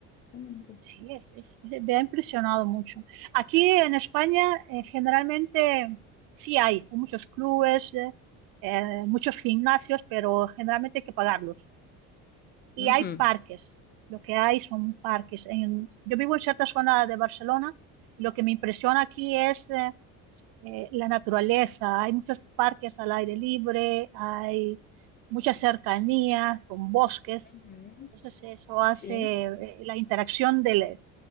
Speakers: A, on the left; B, on the right.
A: Exactamente.
B: Sí, es, es- me ha impresionado mucho. Aquí en España, eh, generalmente sí hay, hay muchos clubes, eh, eh, muchos gimnasios, pero generalmente hay que pagarlos. Y
A: ujú,
B: hay parques, lo que hay son parques. En- yo vivo en cierta zona de Barcelona, y lo que me impresiona aquí es eh, eh, la naturaleza. Hay muchos parques al aire libre, hay mucha cercanía con bosques.
A: Ujú.
B: Entonces eso hace
A: Sí.
B: eh, la interacción del,